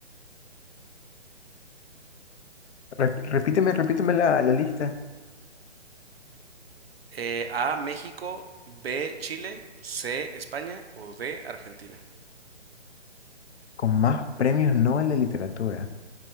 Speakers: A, on the left (about 70°); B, on the right (about 60°).
A: rep- repíteme, repíteme la, la lista.
B: Eh, A, México, B, Chile, C, España o D, Argentina.
A: Con más premios Nobel de literatura